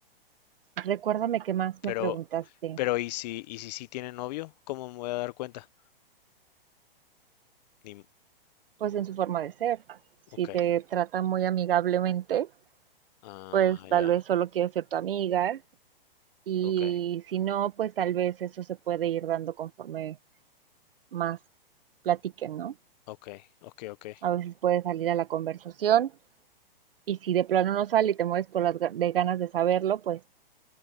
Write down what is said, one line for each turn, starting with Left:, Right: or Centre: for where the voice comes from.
Right: recuérdame qué más
Left: Pero,
Right: me preguntaste.
Left: pero ¿y si, y si sí tiene novio? ¿Cómo me voy a dar cuenta? Ni, m-
Right: Pues en su forma de ser. Si
Left: ok.
Right: te trata muy amigablemente,
Left: Ah,
Right: pues tal
Left: ya.
Right: vez solo quiere ser tu amiga. Y
Left: Ok.
Right: si no, pues tal vez eso se puede ir dando conforme más platiquen, ¿no?
Left: Ok. Ok, ok.
Right: A veces puede salir a la conversación. Y si de plano no sale y te mueres por las de ganas de saberlo, pues